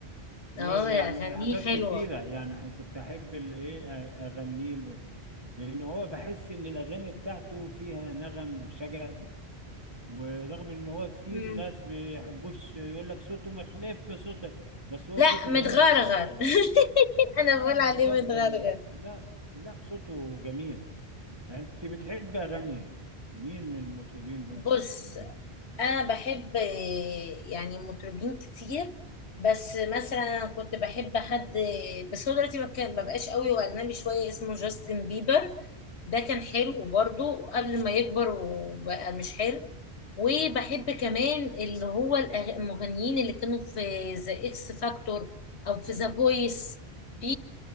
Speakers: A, on the right (about 25°); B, on the left (about 85°).
A: ويعني
B: اه يا اغانيه
A: حاجات
B: حلوة
A: كتيره يعني ح- كنت احب ال- ايه آه، اغنيه له لان هو بحس ان الاغاني بتاعته فيها نغم وشجن ورغم ان هو كتير
B: مم.
A: ناس بيحبوش يقول لك صوته مخلف صوته بس هو
B: لا
A: صوته
B: متغرغر
A: جميل جدا
B: <laughs> انا بقول
A: لا متغضغض
B: عليه متغرغر
A: لا لا صوته جميل يعني انت بتحب اغاني مين من المطربين ممكن
B: بص
A: بتحبيهم
B: انا بحب آه، يعني مطربين كتير بس مثلا انا كنت بحب حد بس هو دلوقتي ما كان- ما بقاش قوي واجنبي شويه اسمه جاستن بيبر ده كان حلو برضو قبل ما يكبر وبقى مش حلو وبحب كمان اللي هو الأغ- المغنيين اللي كانوا في ذا اكس فاكتور او في ذا فويس في